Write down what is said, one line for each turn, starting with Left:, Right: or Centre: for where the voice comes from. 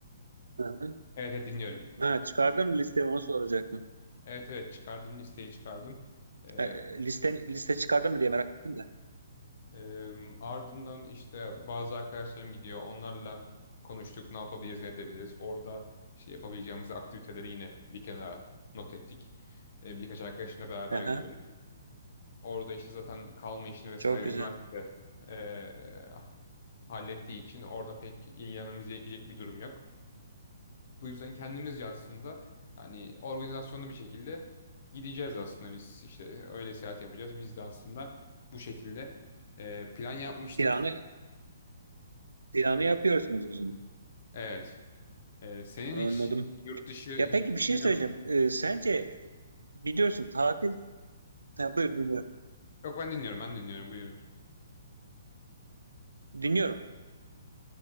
Right: e, hı hı.
Left: evet evet dinliyorum.
Right: ha, çıkardın mı listeyi onu soracaktım.
Left: Evet evet çıkardım listeyi çıkardım. Ee,
Right: E, liste, liste çıkardın mı diye merak ettim de.
Left: Eee, ardından işte bazı arkadaşlarım gidiyor. Onlarla konuştuk, ne yapabiliriz, ne edebiliriz. Orada işte yapabileceğimiz aktiviteleri yine bir kenara not ettik. Eee, birkaç arkadaşımla beraber
Right: Hı hı.
Left: gidiyoruz. Orada işte zaten kalma işini vesaire
Right: Çok güzel.
Left: üniversite eee, hallettiği için orada pek ilgilenmemiz gerekecek bir durum yok. Bu yüzden kendimizce aslında hani organizasyonlu bir şekilde gideceğiz aslında biz işte öyle seyahat yapacağız. Biz de aslında bu şekilde eee, plan yapmıştık.
Right: Planı, planı yapıyorsunuz o zaman.
Left: Evet. Ee, senin
Right: Anladım.
Left: hiç yurt dışı
Right: Ya
Left: gittin
Right: peki bir şey
Left: mi?
Right: söyleyeceğim.
Left: Yok.
Right: E, sence biliyorsun tatil Ha, buyur dinliyorum.
Left: Yok ben dinliyorum. Ben dinliyorum. Buyur.
Right: Dinliyorum.